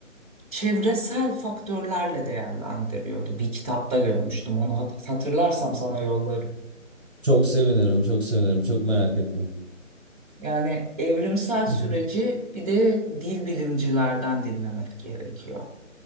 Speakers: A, on the right (about 25°); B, on the right (about 55°).
A: çevresel faktörlerle değerlendiriyordu. Bir kitapta görmüştüm. Onu hat- hatırlarsam sana yollarım.
B: Çok sevinirim, çok sevinirim, çok merak ettim.
A: Yani evrimsel süreci
B: <laughs>
A: bir de dil bilimcilerden dinlemek gerekiyor.